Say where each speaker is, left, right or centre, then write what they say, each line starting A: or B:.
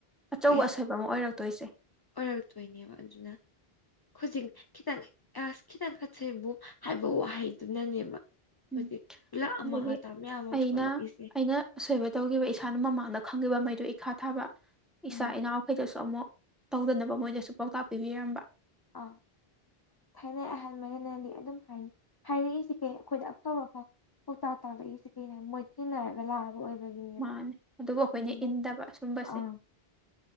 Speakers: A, in the centre; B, on the left (about 35°).
A: ꯑꯆꯧꯕ
B: ꯑꯦ
A: ꯑꯁꯣꯏꯕ ꯑꯃ ꯑꯣꯏꯔꯛꯇꯣꯏꯁꯦ
B: ꯑꯣꯏꯔꯛꯇꯣꯏꯅꯦꯕ ꯑꯗꯨꯅ ꯈꯨꯖꯤꯛ ꯈꯤꯇꯪ ꯑꯁ ꯈꯤꯇꯪ ꯈꯛꯆꯤꯕꯨ ꯍꯥꯏꯕ ꯋꯥꯍꯩꯗꯨꯅꯥꯅꯦꯕ
A: ꯎꯝ
B: ꯍꯧꯖꯤꯛ ꯄꯨꯂꯥꯛ ꯑꯃꯥꯡ
A: ꯑꯗꯒꯤ
B: ꯑꯇꯥ ꯃꯌꯥꯝ ꯑꯃ
A: ꯑꯩꯅ
B: ꯊꯣꯛꯍꯂꯛꯏꯁꯦ
A: ꯑꯩꯅ ꯑꯁꯣꯏꯕ ꯇꯧꯈꯤꯕ ꯏꯁꯥꯅ ꯃꯃꯥꯡꯗ ꯈꯪꯕ ꯃꯩꯗꯣ ꯏꯈꯥ ꯊꯥꯕ ꯏꯆꯥ
B: ꯎꯝ
A: ꯏꯅꯥꯎ ꯑꯩꯈꯣꯏꯗꯁꯨ ꯑꯃꯨꯛ ꯇꯧꯗꯅꯕ ꯃꯣꯏꯗꯁꯨ ꯄꯥꯎꯇꯥꯛ ꯄꯤꯕꯤꯔꯝꯕ
B: ꯑꯥ ꯊꯥꯏꯅꯩ ꯑꯍꯜꯃꯅꯦꯗꯤ ꯑꯗꯨꯝ ꯍꯥꯏꯅ ꯍꯥꯏꯔꯛꯏꯁꯤ ꯀꯩ ꯑꯩꯈꯣꯏꯗ ꯑꯐꯕ ꯐꯥꯎ ꯄꯥꯎꯇꯥꯛ ꯇꯥꯛꯔꯛꯏꯁꯤ ꯀꯅꯦ ꯃꯣꯏ ꯊꯦꯡꯅꯔꯒ ꯂꯥꯛꯑꯒ ꯑꯣꯏꯕꯒꯤꯅꯦꯕ
A: ꯃꯥꯅꯤ ꯑꯩꯈꯣꯏꯅ
B: ꯑꯗꯨꯕꯨ
A: ꯏꯟꯗꯕ ꯁꯨꯝꯕꯁꯦ
B: ꯑꯥ